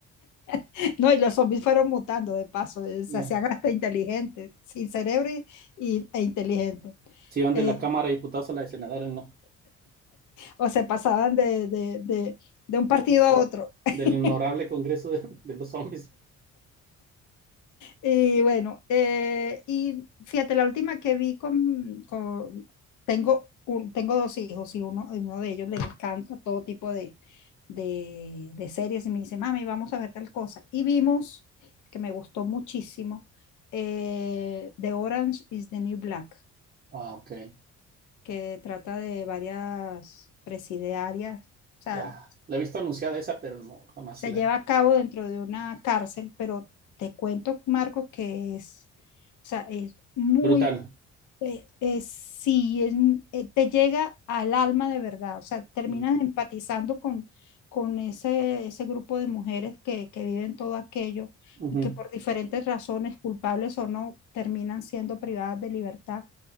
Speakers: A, on the left (about 75°); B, on the right (about 35°).
A: <laughs> No, y los zombies fueron mutando de paso, eh, se
B: ya.
A: hacían hasta inteligentes, sin cerebro y, y- e inteligentes,
B: Se iban
A: eh,
B: de la Cámara de Diputados a la de Senadores, no.
A: o se pasaban de, de, de, de un
B: De-
A: partido a otro. <laughs>
B: del honorable Congreso de, de los Zombies.
A: Y bueno, eh, y fíjate, la última que vi con, con- tengo un- tengo dos hijos y uno, uno de ellos le encanta todo tipo de, de, de series y me dice, mami, vamos a ver tal cosa. Y vimos, que me gustó muchísimo, eh, The Orange is the New Black,
B: Ah, ok.
A: que trata de varias presidiarias, o sea,
B: Ya, la he visto anunciada esa, pero no, jamás
A: se
B: la.
A: lleva a cabo dentro de una cárcel, pero te cuento, Marco, que es, o sea, es muy,
B: Brutal.
A: eh, es- sí, es, mu- eh, te llega al alma de verdad, o sea, terminas
B: Mm,
A: empatizando con, con ese, ese grupo de mujeres que, que viven todo aquello
B: ujú,
A: y que por diferentes razones, culpables o no, terminan siendo privadas de libertad